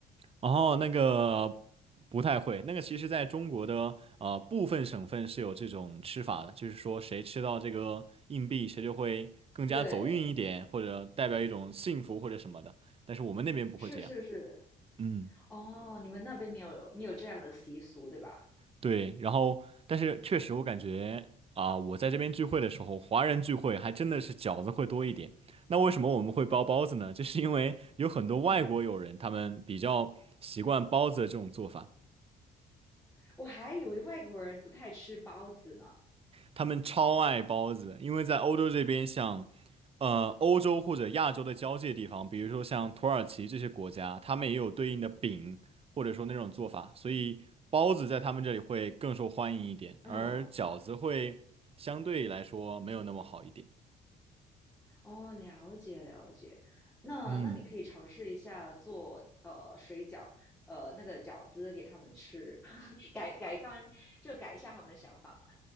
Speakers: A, on the right; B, in the centre.
A: 然后那个不太会，那个其实在中国的呃部分省份是有这种吃法的，就是说谁吃到这个硬币，谁就会更加走运一点，
B: 对，
A: 或者代表一种幸福或者什么的。但是我们那边不会这样。
B: 是是是，
A: 嗯。
B: 哦，你们那边没有没有这样的习俗，对吧？
A: 对，然后但是确实我感觉啊、我在这边聚会的时候，华人聚会还真的是饺子会多一点。那为什么我们会包包子呢？就是因为有很多外国友人，
B: 嗯，
A: 他们比较习惯包子的这种做法。
B: 我还以为外国人不太吃包子呢。
A: 他们超爱包子，因为在欧洲这边像，呃，欧洲或者亚洲的交界地方，比如说像土耳其这些国家，他们也有对应的饼，或者说那种做法，所以包子在他们这里会更受欢迎一点，
B: 嗯
A: 而饺子会相对来说没有那么好一点。
B: 哦，了解了解。那那你可以尝试一下做呃水饺，
A: 嗯，
B: 呃那个饺子给他们吃，<laughs> 改改看就改一下他们的想法嘛。